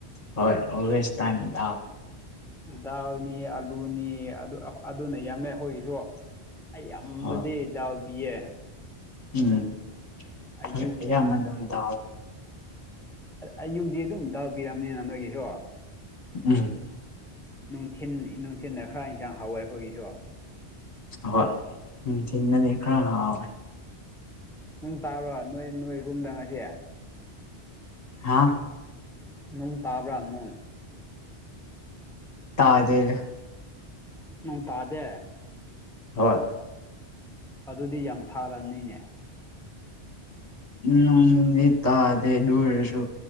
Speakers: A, on the left; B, in the centre.
A: ꯍꯣꯏ ꯑꯣꯋꯦꯁ ꯇꯥꯏꯗꯥ
B: ꯗꯥꯜꯅꯤ ꯑꯂꯨꯅꯤ ꯑꯗꯨ ꯑꯗꯨꯅ ꯌꯥꯝꯃꯦ ꯑꯩꯈꯣꯏꯒꯤꯁꯨ ꯑꯩ ꯌꯥꯝꯕꯗꯤ
A: ꯍꯣꯏ
B: ꯗꯥꯎ ꯄꯤꯌꯦ
A: ꯎꯝ
B: ꯑꯌꯨꯛ
A: ꯍꯣꯏ ꯌꯥꯝ ꯃ ꯑꯗꯨꯝ ꯇ
B: ꯑꯩ ꯌꯨꯗꯤ ꯑꯗꯨꯝ ꯗꯥꯎ ꯄꯤꯔꯕꯅꯤꯅ ꯅꯣꯏꯒꯤꯁꯨ
A: ꯎꯝ
B: ꯅꯨꯡꯊꯤꯟ ꯅꯨꯡꯊꯤꯤꯟꯗ ꯈꯔ ꯏꯟꯁꯥꯡ ꯍꯥꯎꯋꯦ ꯑꯩꯈꯣꯏꯒꯤꯁꯨ
A: ꯍꯣꯏ ꯎꯝ ꯊꯅꯅꯤ ꯈꯔ ꯍꯥꯎ
B: ꯅꯪ ꯇꯥꯔꯣ ꯅꯣꯏ ꯅꯣꯏ ꯔꯨꯝꯗꯪ ꯉꯁꯦ
A: ꯍꯥꯥ
B: ꯅꯨꯡ ꯇꯥꯕ꯭ꯔꯥ ꯅꯣꯏ
A: ꯇꯥꯗꯦ
B: ꯅꯪ ꯇꯥꯗꯦ
A: ꯍ
B: ꯑꯗꯨꯗꯤ ꯌꯥꯝ ꯁꯥꯔꯅꯤꯅꯦ
A: ꯅꯣꯡꯗꯤ ꯇꯥꯗꯦ ꯑꯗꯨ ꯑꯣꯏꯔꯁꯨ